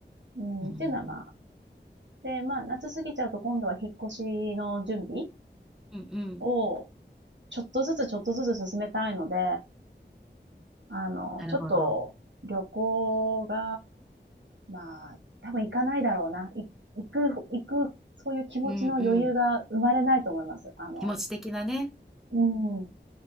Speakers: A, on the right; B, in the centre.
A: うん、
B: うーん。
A: っていうのはまあ。で、まあ、夏過ぎちゃうと今度は引っ越しの準備
B: うんうん。
A: を、ちょっとずつちょっとずつ進めたいので、あの、
B: なるほど。
A: ちょっと、旅行が、まあ、多分行かないだろうな。行く、行く、そういう気持ちの余裕が生まれないと思います。
B: うんうん。
A: あの、
B: 気持ち的なね。
A: うん、